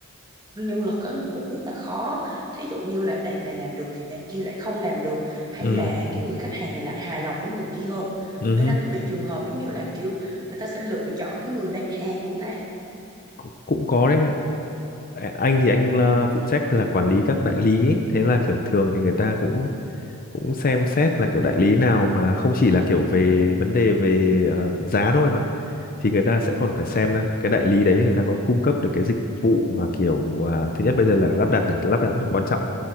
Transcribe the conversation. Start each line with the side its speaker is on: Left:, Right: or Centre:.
Right: nhân lực á, nó cũng rất là khó thí dụ như là bạn này làm được thì bạn kia lại không làm được hay
Left: Ừ.
Right: là cái người khách hàng này lại hài lòng với người kia hơn
Left: Ừ.
Right: bên anh có bị trường hợp giống như là kiểu người ta sẽ lựa chọn cái người bán hàng không ta
Left: Cũng, cũng có đấy. ạ. À, Anh thì anh là phụ trách là quản lý các đại lý ấy. Thế là kiểu thường thì người ta cũng cũng xem xét là kiểu đại lý nào mà không chỉ là kiểu về vấn đề về ờ, giá đâu em ạ. Thì người ta sẽ còn phải xem là cái đại lý đấy người ta có cung cấp được cái dịch vụ mà kiểu à, thứ nhất bây giờ là lắp đặt này, lắp đặt rất là quan trọng